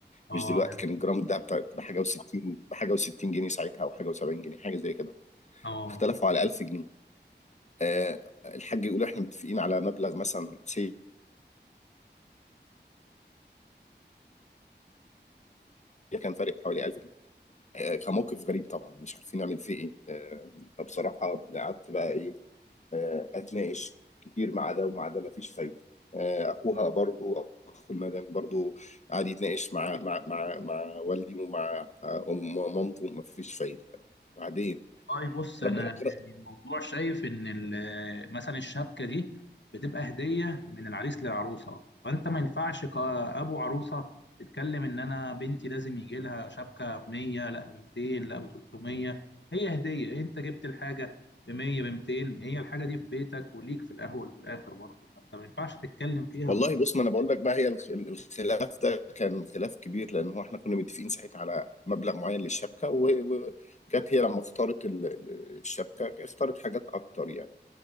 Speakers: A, on the left; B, on the left.
A: اه
B: مش دلوقتي كان الجرام ده بتاع- بحاجه و60 بحاجه و60 جنيه ساعتها او حاجه و70 جنيه حاجه زي كده
A: اه
B: اختلفوا على 1000 جنيه آه الحاج يقول احنا متفقين على مبلغ مثلا سي كان فارق حوالي 1000 جنيه آه كان موقف غريب طبعا مش عارفين نعمل فيه ايه آه فبصراحه قعدت بقى ايه آه، اتناقش كتير مع ده ومع ده مفيش فايده آه، اخوها برضو اخو المدام برضو قعد يتناقش مع مع مع مع والدي ومع آه، ام مامته مفيش فايده بعدين
A: طيب بص انا
B: ربنا
A: يعني
B: كرم
A: الموضوع شايف ان ال- مثلا الشبكه دي بتبقى هديه من العريس للعروسه فانت ما ينفعش كابو عروسه تتكلم ان انا بنتي لازم يجي لها شبكه ب 100 لا ب 200 لا ب 300 هي هديه انت جبت الحاجه ب 100 ب 200 هي الحاجه دي في بيتك وليك في الاول وفي الاخر برضه فانت ما ينفعش تتكلم فيها
B: والله بص ما انا بقول لك بقى هي الخ- الخلاف ده كان خلاف كبير لان هو احنا كنا متفقين ساعتها على مبلغ معين للشبكه و- وجت هي لما اختارت ال- ال- الشبكه اختارت حاجات اكتر يعني